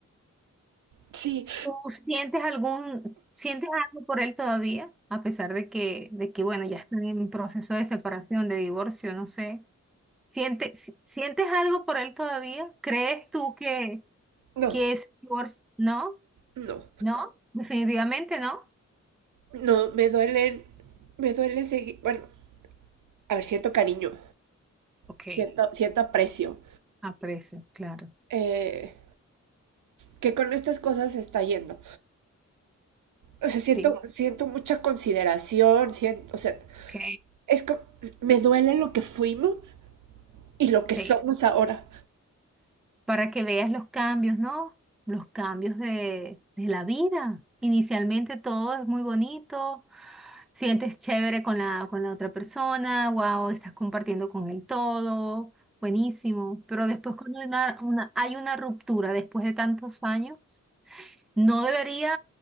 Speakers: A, on the right; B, in the centre.
A: sí,
B: ¿Tú sientes algún, sientes algo por él todavía? A pesar de que, de que, bueno, ya están en proceso de separación, de divorcio, no sé. ¿Sientes, si- sientes algo por él todavía? ¿Crees tú que,
A: no,
B: que ese divorcio? No,
A: no,
B: no, definitivamente no.
A: no, me duelen, me duele seguir, bueno, a ver, siento cariño,
B: Ok,
A: siento, siento aprecio,
B: aprecio, claro.
A: eh, que con estas cosas se está yendo. O sea, siento,
B: Sí,
A: siento mucha consideración, siento, o sea,
B: ok,
A: es co- me duele lo que fuimos y lo
B: sí.
A: que somos ahora.
B: para que veas los cambios, ¿no? Los cambios de, de la vida. Inicialmente todo es muy bonito, sientes chévere con la, con la otra persona, wow, estás compartiendo con él todo, buenísimo. Pero después cuando hay una, una- hay una ruptura después de tantos años, no debería,